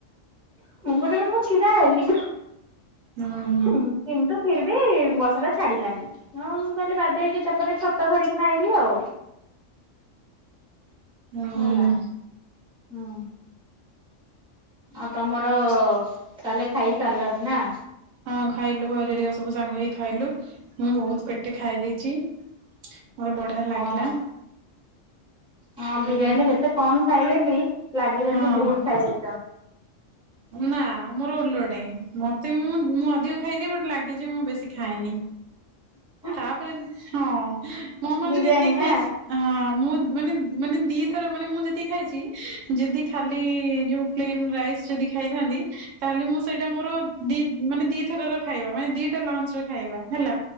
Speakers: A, in the centre; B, on the right (about 80°).
A: ଗୋଟେ ମିନିଟ୍ ଛିଡା ହେଲି।
B: ହୁଁ
A: କିନ୍ତୁ ଫିର ବି ବର୍ଷାଟା ଛାଡ଼ିଲାନି ହଁ ମୁଁ କହିଲି ବାଧ୍ୟ ହେଇକି ତାପରେ ଛତା ଧରିକି ନା ଆଇଲିି ଆଉ।
B: ହୁଁ
A: ହେଲା ହୁଁ। ଆଉ ତମର ତାହେଲେ ଖାଇସାରିଲାଣି ନା?
B: ହଁ ଖାଇଲୁ ଭାଉଜ ହେରିକା ସବୁ ସାଙ୍ଗ ହେଇ ଖାଇଲୁ ମୁଁ ବହୁତ ପେଟେ ଖାଇ ଦେଇଛି। ମୋତେ ବଢିଆ
A: ହଁ
B: ଲାଗିଲା।
A: ହଁ ବିରିୟାନୀ
B: ଉଁ
A: ଟା ଯେତେ କମ ଖାଇଲେ ବି ଲାଗେ ସେମିତି
B: ହଁ
A: ବହୁତ ଖାଇଦେଇଛ?
B: ନା। ମୋର ଓଲଟି ମତେ ମୁଁ ମୁଁ ଅଧିକ ଖାଇଦିଏ ବଟ ଲାଗେ ଯେ ମୁଁ ବେଶୀ ଖାଏନି।
A: <inaudible>
B: ତାପରେ ହଁ ମୋ ମାନେ
A: ବିରିୟାନୀ
B: ଯେତିକି
A: ନା
B: ଖାଇଛି ହଁ ମୁଁ ମାନେ ମାନେ ଦିଥର ମାନେ ମୁଁ ଯେତିକି ଖାଇଛି ଯଦି ଖାଲି ଯୋଉ ପ୍ଲେନ ଯଦି ଖାଇଥାନ୍ତି ତାହେଲେ ମୁଁ ସେଇଟା ମୋର ମାନେ ଦିଥର ଖାଇବା ମାନେ ଦିଟା ଲ ଖାଇବା ହେଲା